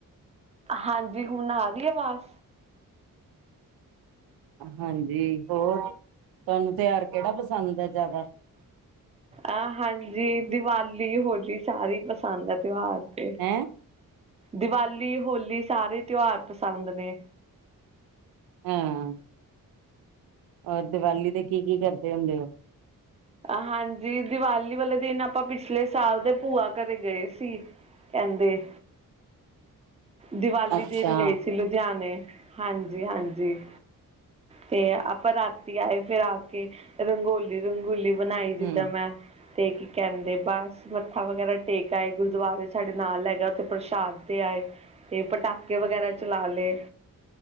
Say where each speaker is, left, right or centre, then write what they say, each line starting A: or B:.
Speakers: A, on the right (about 20°); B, on the right (about 80°).
A: ਹਾਂਜੀ ਹੁਣ ਆ ਰਹੀ ਆਵਾਜ਼
B: ਹਾਂਜੀ, ਹੋਰ ਤੁਹਾਨੂੰ ਤਿਉਹਾਰ ਕਿਹੜਾ ਪਸੰਦ ਹੈ ਜ਼ਿਆਦਾ।
A: ਆਹ ਹਾਂਜੀ ਦੀਵਾਲੀ, ਹੋਲੀ ਸਾਰੇ ਹੀ ਪਸੰਦ ਆ ਤਿਉਹਾਰ ਤੇ
B: ਹੈਂ
A: ਦੀਵਾਲੀ, ਹੋਲੀ, ਸਾਰੇ ਤਿਉਹਾਰ ਪਸੰਦ ਨੇ।
B: ਹਾਂ। ਔਰ ਦੀਵਾਲੀ ਦੇ ਕੀ ਕੀ ਕਰਦੇ ਹੁੰਦੇ ਹੋ?
A: ਹਾਂਜੀ, ਦੀਵਾਲੀ ਵਾਲੇ ਦਿਨ ਆਪਾਂ ਪਿਛਲੇ ਸਾਲ ਦੇ ਭੂਆ ਘਰੇ ਗਏ ਸੀ। ਕਹਿੰਦੇ ਦੀਵਾਲੀ
B: ਅੱਛਾ,
A: ਦੇਣ ਗਏ ਸੀ ਲੁ ਲੁਧਿਆਣੇ ਹਾਂਜੀ, ਹਾਂਜੀ। ਤੇ ਆਪਾਂ ਰਾਤੀ ਆਏ ਫੇਰ ਆ ਕੇ ਰੰਗੋਲੀ- ਰੰਗੂਲੀ ਬਣਾਈ ਜਿੱਦਾਂ
B: ਹੂੰ
A: ਮੈਂ ਤੇ ਕੀ ਕਹਿੰਦੇ ਬਸ ਮੱਥਾ ਵਗੈਰਾ ਟੇਕ ਆਏ ਗੁਰਦੁਆਰੇ ਸਾਡੇ ਨਾਲ ਹੈਗਾ। ਉੱਥੇ ਪ੍ਰਸ਼ਾਦ ਤੇ ਆਏ ਤੇ ਪਟਾਕੇ ਵਗੈਰਾ ਚਲਾ ਲਏ।